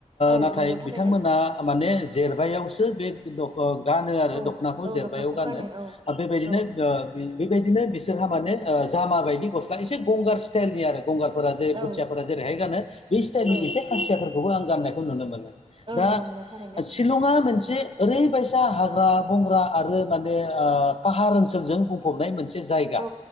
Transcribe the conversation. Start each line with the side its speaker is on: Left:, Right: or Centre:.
Right: औ
Left: नाथाय
Right: नंगौ थारैनो
Left: बिथांमोना आ माने जेरबायावसो बे दख'ना ओ गानो आरो
Right: औ
Left: दख'नाखौ
Right: औ
Left: जेरबायायाव
Right: दख'नाखौ
Left: गानो
Right: औ
Left: बेबायदिनो।
Right: औ
Left: बेबायदिनो बिसोरहा मानेह ओ जामा बायदि गस्ला एसे गंगार स्टाइलनि आरो गंगारफोरा जे बुथियाफोरा
Right: औ
Left: जेरैहाय गानो बे स्टाइलनि
Right: औ
Left: एसे खाासियाफोरखौबो आं गाननायखौ नुनो मोनो।
Right: औ
Left: दा‌
Right: नुनो मोनो थारैनो
Left: शिलंआ मोनसे ओरैबायसा हाग्रा बंग्रा आरो माने ओ पाहार ओनसोलजों बुं फबनाय मोनसे जायगा।
Right: औ